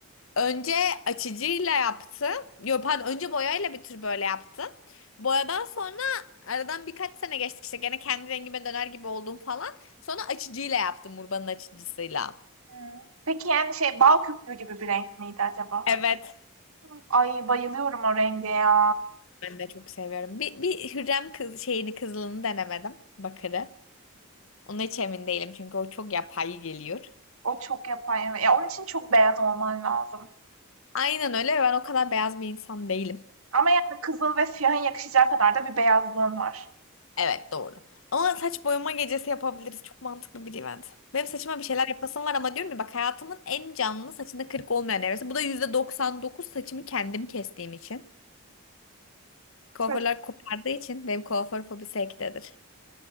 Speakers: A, on the left (about 65°); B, on the right (about 80°).
A: Önce açıcıyla yaptım. Yok pardon önce boyayla bir tür böyle yaptım. Boyadan sonra aradan birkaç sene geçtik işte gene kendi rengime döner gibi oldum falan. Sonra açıcıyla yaptım Urban'ın açıcısıyla.
B: Hımm. Peki, yani, şey, bal köpüğü gibi bir renk miydi acaba?
A: Evet.
B: Hmm. Ay, bayılıyorum o renge ya.
A: Ben de çok seviyorum. Bir, bir Hürrem kız, şeyini kızılını denemedim. Bakırı. Ona hiç emin değilim çünkü o çok yapay geliyor.
B: O çok yapar evet. Ya, onun için çok beyaz olman lazım.
A: Aynen öyle ve ben o kadar beyaz bir insan değilim.
B: Ama yani kızıl ve siyahın yakışacağı kadar da bir beyazlığın var.
A: Evet doğru. Ama saç boyama gecesi yapabiliriz. Çok mantıklı bir event. Benim saçıma bir şeyler yapasım var ama diyorum ya bak hayatımın en canlı saçında kırık olmayan evresi. Bu da %99 saçımı kendim kestiğim için. Kuaförler
B: Saç
A: kopardığı için benim kuaför fobisi ektedir.